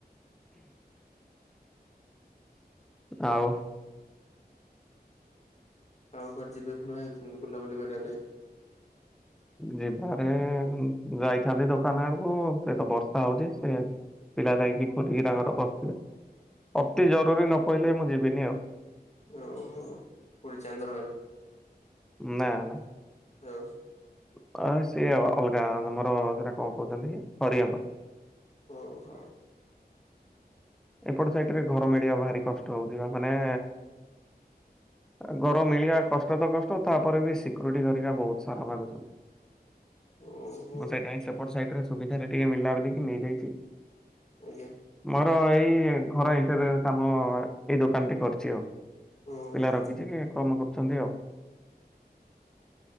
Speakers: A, in the centre; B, on the left.
A: ଆଉ
B: ଆଉ କୁଆଡେ ଯିବେ ପୁଣି ଭାରିଛନ୍ତି ବୁଲାବୁଲି କରିବା ପାଇଁ?
A: <inaudible> ଯିବାରେ ଯାଇଥାନ୍ତି ଦୋକାନ ଆଡକୁ ସେ ତ ବର୍ଷା ହଉଛି ସେ ପିଲା ଯାଇକି ଖୋଲିକି ତାଙ୍କର ବସଥିବେ। ଅତି ଜରୁରୀ ନ ପଇଲେ ମୁଁ ଯିବିନି ଆଉ।
B: ଓ ହଁ କୋଉଠି ଚାନ୍ଦଳରେ?
A: ନା, ନା।
B: ଓହୋ
A: ଅ, ସେ ଅ, <unintelligible> ଗାଁ ତୋମର ସେଟା କଣ କହୁଛନ୍ତି ହରିଅଙ୍କ।
B: ଓ ହୋ।
A: ଏପଟେ ସାଇଟ୍ ରେ ଘର ମିଳିବା ଭାରି କଷ୍ଟ ହଉଛି ବା ମାନେ ଅ, ଘର ମିଳିବା କଷ୍ଟ ତ କଷ୍ଟ ତାପରେ ବି ସିକ୍ୟୁରିଟି ହେରିକା ବହୁତ ସାରା ମାଗୁ ଚନ୍।
B: ଓହୋ
A: ମୁଁ ସେପାଇଁ ସେପଟ ସାଇଟ୍ ରେ ସୁବିଧା ରେ ଟିକେ ମିଲା ବୋଲିକି ନେଇଯାଇଛି।
B: ଆଜ୍ଞା।
A: ମୋର ଏଇ ଘର ଇଣ୍ଟରିୟର୍ କାମ ଏଇ ଦୋକାନ ଟି କରଛି ଆଉ।
B: ହୁଁ
A: ପିଲା
B: ହୁଁ।
A: ରଖିଛି କମ କରୁଛନ୍ତି ଆଉ।